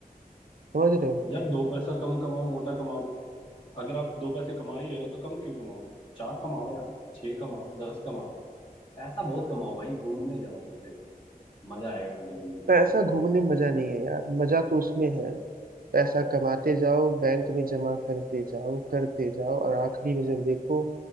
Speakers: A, on the right (about 70°); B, on the left (about 30°).
A: समझ रहे हो
B: यार दो पैसा कम कमाओ मोटा कमाओ अगर आप दो पैसे कमा ही रहे हो तो कम क्यों कमाओगे चार कमाओ यार छह कमाओ दस कमाओ पैसा बहुत कमाओ भाई घूमने जाओ पैसे के मजा आएगा तभी जिंदगी
A: पैसा
B: में
A: घूमने में मजा नहीं है यार मजा तो उसमें है पैसा कमाते जाओ बैंक में जमा करते जाओ करते जाओ और आखिरी में जब देखो